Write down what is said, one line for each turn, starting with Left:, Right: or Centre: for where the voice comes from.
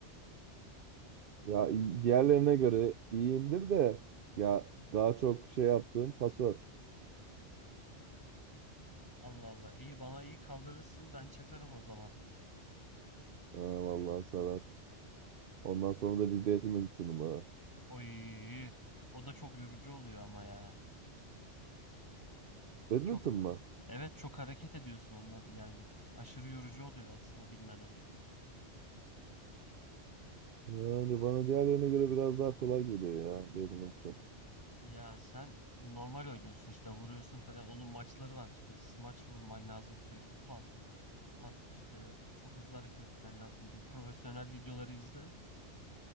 Right: Ya iyi- diğerlerine göre iyiyimdir de ya daha çok şey yaptığım pasör.
Left: Allah Allah. İyi bana iyi kaldırırsın. Ben çakarım o zaman.
Right: Ha, vallahi sarar. Ondan sonra da bir badminton mı?
Left: Oy. O da çok yorucu oluyor ama ya.
Right: Badminton
Left: Çok
Right: mı?
Left: Evet çok hareket ediyorsun onda yani. Aşırı yorucu oluyor aslında bilmeden.
Right: Yani bana diğerlerine göre biraz daha kolay geliyor ya badminton.
Left: Ya sen normal oynuyorsun işte vuruyorsun falan. Onun maçları var işte. Smaç vurman lazım sürekli. Pat. Pat işte çok hızlı hareket etmen lazım. Bir profesyonel videoları izle.